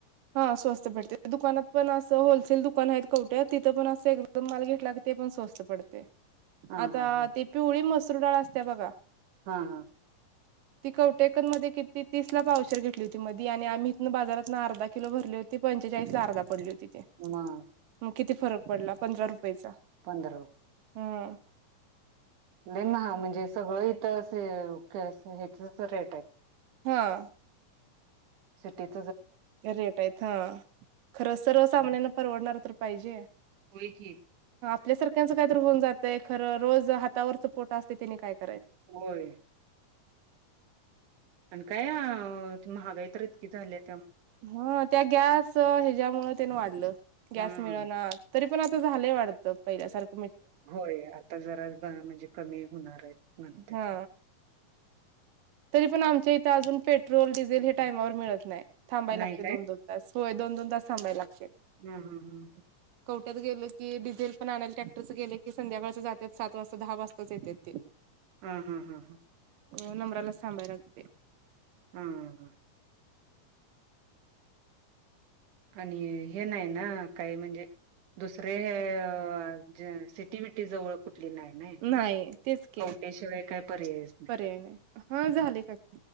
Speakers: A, on the right (about 85°); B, on the right (about 70°).
A: हा स्वस्त भेटते दुकानात पण असं होलसेल दुकान आहेत कवठ्या तिथं पण असं एकदम माल घेतला ते पण स्वस्त पडते
B: हा
A: आता
B: हा हा
A: ती पिवळी मसरू डाळ असते बघा.
B: हा हा.
A: ती कवटेकन मध्ये किती तीस ला पावशर घेतली होती मधी आणि आम्ही इथ बाजारात अर्धा किलो भरली होती पंचेचाळीस ला अर्धा पडली होती ते
B: मग
A: मग किती फरक? पडला पंधरा रुपययाचा हम्म.
B: पंधरा लइ महाग म्हणजे सगळं इथं असे ह्याचच रेट आहे.
A: हा.
B: सिटीत.
A: रेट आहेत हा खरंच सर्व सामान्यांना परवडणार तर पाहिजे.
B: होयकी,
A: आपल्या सारख्यांचं काय तर होऊन जातंय खरं रोज हातावरचं पोटा असते तिने काय क
B: होय. आणि काय महागाई तर इतकी झालेत.
A: ह त्या गॅस ह्यच्या मुळे त्यान वाढलं गॅस
B: हम्म
A: मिळ ना, तरी पण आप झालंय वाटत पहिल्या सारख.
B: होय आता जरा म्हणजे कमी होणार आहे म्हणत्यात.
A: हा तरी पण आमच्या इथ अजून पेट्रोल, डिझेल हे टायमावर मिळत नाही. थांबाय
B: नाही
A: लागते दोन, दोन तास. होय दोन दोन तासथांबाय लागते.
B: हम् हम् हम् ह!
A: कवट्यात गेलकी डिझेल पण आणायला ट्रॅक्टरचं गेले की संध्याकाळचं जातात सात वाजता दहा वाजताच येत ते.
B: हम हम् हम ह!
A: हो नंबराला चे थांबााय लागते.
B: हम ह! आणि हे नाही ना. काय म्हणजे? दुसरे हे. सिटी बिटी जवळ कुठ? नाही
A: नाही तेच की
B: कवटेशिवाय काही पर्यायच नाही
A: पर्याय हा झाले काकी